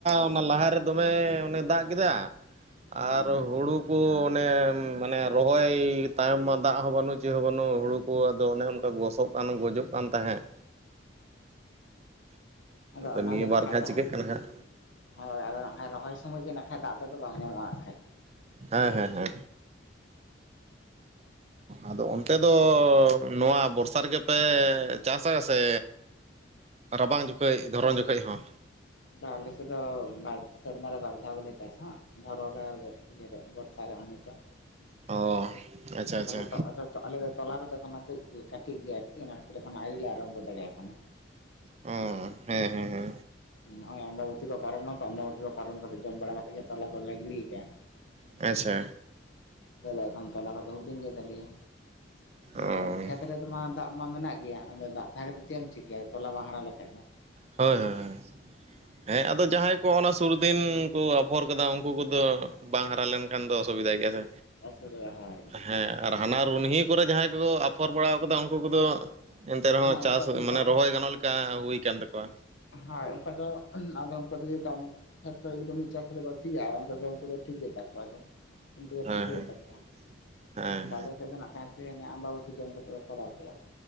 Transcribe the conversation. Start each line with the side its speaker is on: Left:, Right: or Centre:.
Right: ᱚᱱᱟ ᱞᱟᱦᱟᱨᱮ ᱫᱚᱢᱮ ᱚᱱᱮ ᱫᱟᱜ ᱠᱮᱫᱟ
Left: ᱦᱮᱸ
Right: ᱟᱨ ᱦᱩᱲᱩ ᱦᱩ ᱠᱚ ᱚᱱᱮ ᱢᱟᱱᱮ ᱨᱚᱦᱚᱭ ᱛᱟᱭᱚᱢ ᱢᱟ ᱫᱟᱜ ᱦᱚᱸ ᱵᱟᱹᱱᱩᱜ ᱪᱮᱫ ᱦᱚᱸ ᱵᱟᱹᱱᱩᱜ ᱦᱩᱲᱩ ᱠᱚ ᱟᱫᱚ ᱚᱱᱮ ᱚᱝᱠᱟ ᱜᱚᱥᱚᱜ ᱵᱟᱝ ᱫᱚ ᱜᱚᱡᱚᱜ ᱠᱟᱱ ᱛᱟᱦᱮᱸᱫ
Left: ᱦᱮᱸ ᱟᱫᱚ ᱚᱱᱟ
Right: ᱱᱤᱭᱟᱹ
Left: ᱜᱮ ᱱᱟᱠᱷᱟᱡ
Right: ᱵᱟᱨ ᱦᱟᱸᱜ
Left: ᱫᱚ
Right: ᱪᱤᱠᱟᱹᱜ
Left: ᱦᱟᱸ
Right: ᱠᱟᱱᱟ ᱦᱟᱸᱜ
Left: ᱦᱳᱭ ᱟᱫᱚ ᱱᱟ ᱨᱚᱦᱚᱭ ᱥᱚᱢᱚᱭ ᱜᱮ ᱱᱟ ᱠᱷᱟᱡ ᱫᱟᱜ ᱛᱮᱫᱚ ᱵᱟᱝ ᱧᱟᱢᱚᱜᱼᱟ ᱟᱨ ᱠᱷᱟᱡ
Right: ᱦᱮᱸ ᱦᱮᱸ ᱦᱮᱸ ᱟᱫᱚ ᱚᱱᱛᱮ ᱫᱚ ᱱᱚᱣᱟ ᱵᱚᱨᱥᱟ ᱨᱮᱜᱮ ᱯᱮ ᱪᱟᱥᱟ ᱥᱮ ᱨᱟᱵᱟᱝ ᱡᱚᱠᱷᱮᱡ ᱫᱷᱚᱨᱚᱱ ᱡᱚᱠᱷᱮᱡ ᱦᱚᱸ
Left: ᱵᱟ ᱟᱞᱮ ᱥᱮᱫ ᱫᱚ ᱵᱟᱨ ᱥᱮᱨᱢᱟᱨᱮ ᱵᱟᱨᱫᱷᱟᱣ ᱜᱮᱞᱮ ᱪᱟᱥᱟ᱾ ᱫᱷᱚᱨᱚ ᱨᱮ ᱵᱟᱹᱨᱥᱤᱧ ᱨᱮ ᱵᱚᱨᱥᱟ ᱨᱮᱦᱚᱸ ᱱᱤᱛᱚᱜ
Right: ᱚ ᱟᱪᱪᱷᱟ
Left: ᱟ
Right: ᱟᱪᱪᱷᱟ
Left: ᱟ <unintelligible> ᱛᱚ ᱟᱞᱮ ᱫᱚ ᱛᱚᱞᱟ ᱠᱚᱫᱚ ᱮᱠᱷᱚᱱᱚ ᱠᱟᱹᱡ ᱠᱟᱹᱡ ᱠᱟᱹᱴᱤᱡ ᱜᱮᱭᱟ ᱟᱨᱠᱤ ᱚᱱᱟ ᱠᱷᱟᱹᱛᱤᱨ ᱮᱠᱷᱚᱱᱚ ᱟᱣᱨᱤ ᱞᱮ ᱟᱨᱚᱢᱵᱚ ᱫᱟᱲᱮᱜᱼᱟ ᱮᱠᱷᱚᱱ ᱦᱚᱸ᱾
Right: ᱚ ᱦᱮᱸ ᱦᱮᱸ ᱦᱮᱸ
Left: ᱱᱚᱜᱼᱚᱭ ᱟᱢᱵᱟᱵᱩᱛᱤ ᱠᱚ ᱯᱟᱨᱚᱢᱱᱟ ᱛᱚ ᱟᱢᱵᱟᱵᱩᱛᱤ ᱠᱚ ᱯᱟᱨᱚᱢ ᱠᱟᱛᱮᱜ ᱡᱚᱢ ᱵᱟᱲᱟ ᱠᱟᱛᱮᱜ ᱜᱮ ᱛᱚᱞᱟ ᱠᱚᱞᱮ ᱜᱤᱲᱤᱭ ᱠᱟᱜᱼᱟ᱾
Right: ᱟᱪᱪᱷᱟ
Left: ᱞᱟᱹᱭ ᱞᱮᱠᱷᱟᱱ ᱛᱚᱞᱟ ᱠᱚᱫᱚ ᱦᱩᱰᱤᱧ ᱜᱮ ᱛᱟᱞᱮᱭᱟ
Right: ᱚ ᱦᱳᱭ
Left: ᱟᱫᱚ ᱠᱷᱮᱛ ᱨᱮᱫᱚᱢᱟ ᱫᱟᱜ ᱢᱟ ᱢᱮᱱᱟᱜ ᱜᱮᱭᱟ ᱟᱫᱚ ᱫᱟᱜ ᱛᱟᱦᱮᱸ ᱠᱟᱛᱮ ᱪᱮᱜ ᱮᱢ ᱪᱤᱠᱟᱹᱭᱟ ᱛᱚᱞᱟ ᱵᱟᱝ ᱦᱟᱨᱟ ᱞᱮᱱᱠᱷᱟᱡ ᱫᱚ᱾
Right: ᱦᱳᱭ ᱦᱳᱭ ᱦᱳᱭ ᱦᱮᱸ ᱟᱫᱚ ᱡᱟᱦᱟᱸᱭ ᱠᱚ ᱚᱱᱟ ᱥᱩᱨ ᱫᱤᱱ ᱠᱚ ᱟᱯᱷᱚᱨ ᱠᱟᱫᱟ ᱩᱝᱠᱩ ᱠᱚᱫᱚ ᱵᱟᱝ ᱦᱟᱨᱟ ᱞᱮᱱᱠᱷᱟᱱ ᱫᱚ ᱚᱥᱩᱵᱤᱫᱷᱟ ᱜᱮᱭᱟ ᱥᱮ᱾
Left: <unintelligible>
Right: ᱦᱮᱸ ᱟᱨ ᱦᱟᱱᱟ ᱨᱩᱱᱦᱤ ᱠᱚᱨᱮ ᱡᱟᱦᱟᱸᱭ ᱠᱚᱠᱚ ᱟᱯᱷᱚᱨ ᱵᱟᱲᱟ ᱠᱟᱫᱟ ᱩᱱᱠᱩ ᱠᱚᱫᱚ ᱮᱱᱛᱮ ᱨᱮᱦᱚᱸ
Left: ᱦᱮᱸ
Right: ᱪᱟᱥ
Left: ᱩᱱᱠᱩ ᱩᱱᱠᱩᱣᱟᱜ
Right: ᱢᱟᱱᱮ
Left: ᱫᱚ
Right: ᱨᱚᱦᱚᱭ ᱜᱟᱱᱚᱜ ᱞᱮᱠᱟ ᱦᱩᱭ ᱠᱟᱱᱟ ᱛᱟᱠᱚᱣᱟ᱾
Left: ᱦᱳᱭ ᱚᱱᱠᱟ ᱫᱚ ᱟᱫᱚ ᱩᱱᱠᱩ ᱫᱚ ᱠᱷᱮᱛ ᱠᱚᱨᱮ ᱡᱩᱫᱤ ᱠᱚ ᱢᱤᱜ ᱪᱟᱥ ᱠᱟᱛᱮ ᱠᱚ ᱥᱤᱭᱟ ᱟ ᱚᱱᱛᱮ ᱫᱚ ᱩᱝᱠᱩ ᱫᱚ ᱴᱷᱤᱠ ᱜᱮ ᱛᱟᱠᱚᱣᱟ ᱛᱚ᱾ ᱚᱱᱛᱮ ᱜᱮ
Right: ᱦᱮᱸ
Left: ᱴᱷᱤᱠ ᱦᱩᱭᱩᱜ
Right: ᱦᱮᱸ
Left: ᱛᱟᱠᱚᱣᱟ᱾
Right: ᱦᱮᱸ
Left: ᱟᱫᱚ ᱟᱞᱮ ᱥᱮᱜ ᱫᱚ ᱱᱟᱜ ᱠᱷᱟᱡ ᱦᱮᱸᱥᱮ ᱟᱢᱵᱟᱵᱚᱛᱤ ᱡᱚᱢ ᱠᱟᱛᱮᱜ ᱠᱚ ᱠᱚᱨᱟᱣ ᱠᱮᱜᱼᱟ᱾